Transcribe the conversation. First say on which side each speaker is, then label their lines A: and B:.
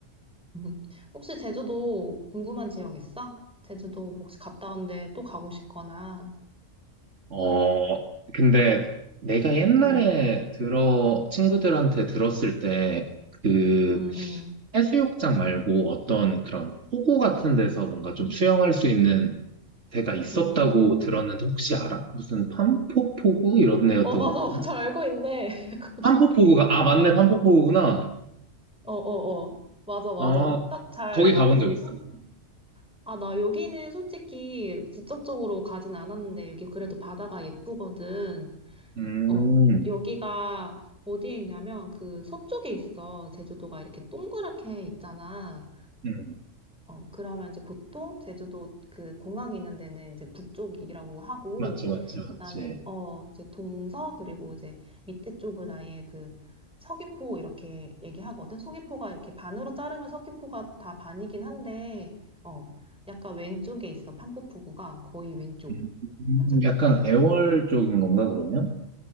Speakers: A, in the centre; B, on the right.
A: 음. 혹시 제주도 궁금한 지역 있어? 제주도 뭐 혹시 갔다 온데 또 가고 싶거나.
B: 어, 근데 내가 옛날에
A: 응,
B: 들어, 친구들한테 들었을 때, 그,
A: 응, 응.
B: 해수욕장 말고 어떤 그런 포구 같은 데서 뭔가 좀 수영할 수 있는 데가 있었다고
A: 음.
B: 들었는데 혹시 알아? 무슨 판포포구? 이런 데였던
A: 어, 맞아.
B: 것 같거든?
A: <laughs> 잘 알고 있네. <laughs> 거기.
B: 판포포구가, 아, 맞네, 판포포구구나.
A: 어어어. 맞아, 맞아.
B: 어,
A: 딱 잘
B: 거기
A: 말했어.
B: 가본 적 있어.
A: 팜프. 아, 나 여기는 솔직히 직접적으로 가진 않았는데, 여기 그래도 바다가 예쁘거든.
B: 음,
A: 어. 여기가 어디에 있냐면, 그 서쪽에 있어. 제주도가 이렇게 동그랗게 있잖아.
B: 음,
A: 어, 그러면 이제 보통 제주도 그 공항이 있는 데는 이제 북쪽이라고 하고,
B: 맞지, 맞지, 맞지.
A: 그 다음에, 어, 이제 동서, 그리고 이제 밑에 쪽은 아예 그 서귀포 이렇게 얘기하거든. 서귀포가 이렇게 반으로 자르면 서귀포가 다 반이긴 한데, 어, 약간 왼쪽에 있어. 판포푸구가 거의 왼쪽.
B: 음,
A: 완전 끝에.
B: 약간 애월 쪽인 건가, 그러면?